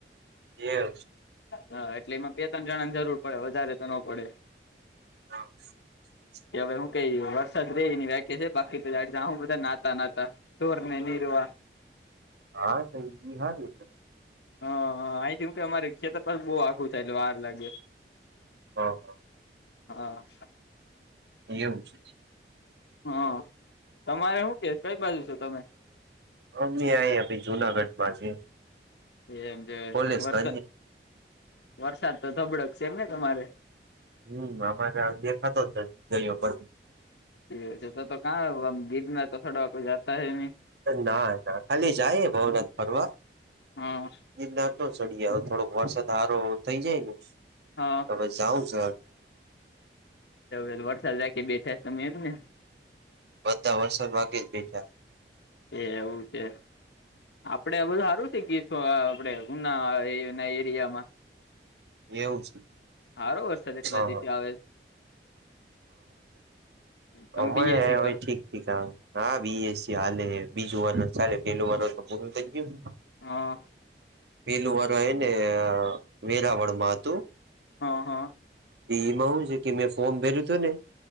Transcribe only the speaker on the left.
હા એટલે એમાં બે ત્રણ જણા ને જરૂર પડે વધારે તો ન પડે
કે હવે હું કઈ? વરસાદ ર એની વ્યાક્યા છે, બાકી હું બધા નાતા નાતા તોરને રવા
હા હા અહીંથીમ કે અમારે ખેતર પા બહુ આખું થાય એટલે વાર લાગે.
હા.
હા તમારે શું કે કઈ બાજુ છેો તમે
એમ જે
વરસાદ
વરસાદ તો ધબડક છે એમ ને તમારે.
એ છે તો તો કં ગીતના તો થોડ કોઈ જતા હ ન
હા!
હા!
એડ વરસાદ રાખ બેઠાય તમે એમ ને.
એ એવું છે. આપડે બધું સારું છે. કીશું આપણે ઉનાના એરિયામાં.
સારો વરસાદ એટલા
દિવસે આવે તમે
બીએસી કરો
હા!
હા હા!